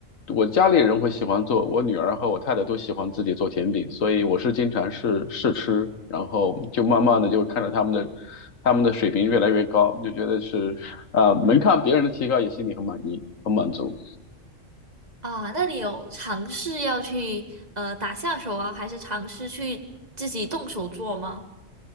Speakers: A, on the left; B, on the right.
A: 我家里人会喜欢做，我女儿和我太太都喜欢自己做甜品，所以我是经常试试吃，然后就慢慢的就看着他们的他们的水平越来越高，就觉得是呃能看别人的提高，也心里很满意，很满足。
B: 啊。那你有尝试要去呃打下手啊，还是尝试去自己动手做吗？